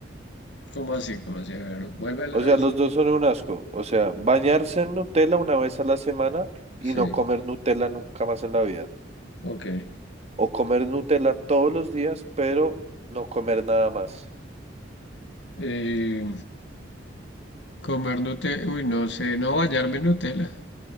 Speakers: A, on the left; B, on the right.
A: ¿Cómo así? ¿Cómo así? A ver, vuélvela
B: O sea,
A: a decir.
B: los dos son un asco. O sea, bañarse en Nutella una vez a la semana y
A: Sí,
B: no comer Nutella nunca más en la vida.
A: ok.
B: O comer Nutella todos los días, pero no comer nada más.
A: Eh, comer Nutella. Uy, no sé, no bañarme en Nutella.